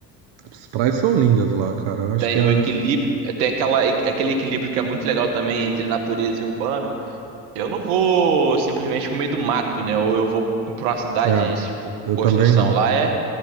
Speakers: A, on the right; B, on the right.
A: As praias são lindas lá, cara. Eu acho
B: tem
A: que é,
B: um equilíbrio, é, tem aquela, aquele equilíbrio que é muito legal também entre natureza e urbano. Eu não vou simplesmente pro meio do mato, né? Ou eu vou pra uma cidade,
A: é,
B: tipo,
A: eu
B: construção.
A: também não.
B: Lá é